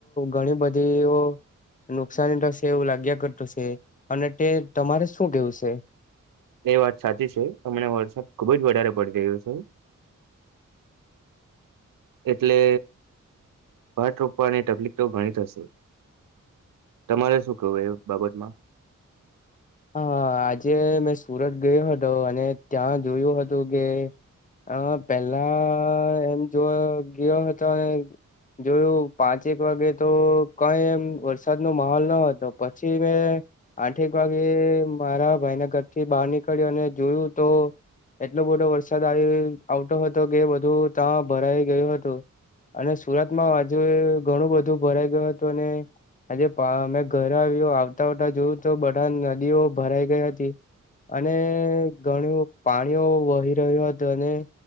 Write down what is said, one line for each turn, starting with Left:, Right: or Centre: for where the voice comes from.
Left: ઘણી બધી નુકસાની થશે એવું લાગ્યા કરતું છે અને તે તમારે શું કેવું છે
Right: એ વાત સાચી છે હમને વરસાદ ખુબ જ વધારે પડી રહ્યો છે એટલે પાટ રોપવાની તકલીક તો ગણી થશે તમારે શું કવું એ બાબતમાં
Left: હા આજે મેં સુરત ગયો હતો અને ત્યાં જોયું હતું કે હા પેલા એમ જોવા ગયો હતો અને જોયું પાંચેક વાગે તો કઈ એમ વરસાદ નો માહોલ ન હતો પછી મેં આઠેક વાગે મારા ભાઈના ઘરથી બહાર નીકળ્યો અને જોયું તો એટલો બધો વરસાદ આવી આવતો હતો કે બધું ત્યાં ભરાઈ ગયું હતું અને સુરતમાં હજુ ઘણું બધું ભરાઈ ગયું હતું અને આજે અમે ઘરે આવ્યું આવતા આવતા જોયું તો બધા નદીઓ ભરાઈ ગઈ હતી અને ઘણું પાણીઓ વહી રહ્યો હતું અને